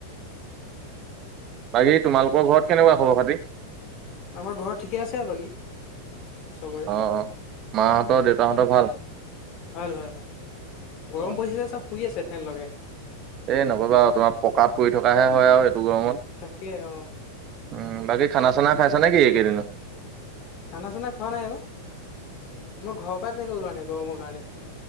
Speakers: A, on the right (about 35°); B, on the left (about 40°).
A: বাকী তোমালোকৰ ঘৰত কেনেকুৱা খবৰ খাতি?
B: আমাৰ ঘৰত ঠিকে আছে আৰু বাকী, চবত
A: অ মাহঁতৰ দেউতাহঁতৰ ভাল?
B: ভাল ভাল, গৰম
A: অ'
B: পৰিছে যে চব শুই আছে ফেন লগাই।
A: এই নকবা আৰু তোমাৰ পোকা পৰি থকাহে হয় আৰু এইটো গৰমত।
B: তাকে অ।
A: উ বাকী খানা চানা খাইছা নেকি এইকেইদিনত?
B: খানা চানা খোৱা নাই অ, মই ঘৰৰ পাই তেনেকৈ ওলোৱা নাই গৰমৰ কাৰণে।